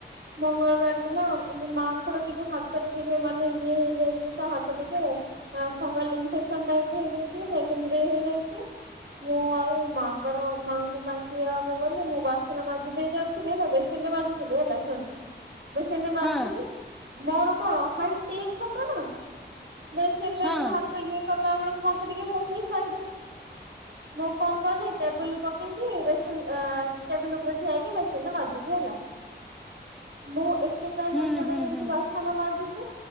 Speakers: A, on the right (about 80°); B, in the centre.
A: ମଙ୍ଗଳବାର ଦିନ ଏବେ ମାଙ୍କର ଟିକେ ହାତରେ ଟିକେ ମାନେ ଇଏ ହେଇ ଯାଇଛି ତା ହାତ ଟିକେ। ଫଙ୍ଗାଲ ଇନଫେକ୍ସନ ଟାଇପ ର ହେଇଯାଇଛି। <unintelligible> ହେଇଯାଇଛି। ମୁଁ ଆଉ ମାଙ୍କର ମାଆଙ୍କୁ କାହିଁକି ଇଏ ହବ ବୋଲି ମୁଁ ବାସନ ମାଜି ଦେଇ ଯାଉ ଥିଲି ହେଲା। ବେସିନିରେ ମାଜୁଥିଲି ହେଲା। ଶୁଣ ବେସନ ରେ ମଜୁ
B: ହଁ
A: ଥିଲି ମୋର କଣ ହାଇଟ ଟିଏ ଛୋଟ ନା ବେଚନେ
B: ହଁ
A: ଭାତ ଇଏ କଳାବେଳୁ କୁ ମତେ ଟିକେ ହଉନି ସାଇତେ। ମୁଁ କଁ କଲି ଟେବୁଲ ପକେଇ କି ବେସିନ ଆଁ ଟେବୁଲ ଉପରେ ଠିଆଇକି ବେସିନରେ ମାଜିବି ହେଲା। ମୁଁ ଏତେ ଟାଇମ
B: ହୁଁ
A: ଉପଡେ
B: ହୁଁ
A: ରହିକି
B: ହୁଁ
A: ବାସନ ମାଜୁଚି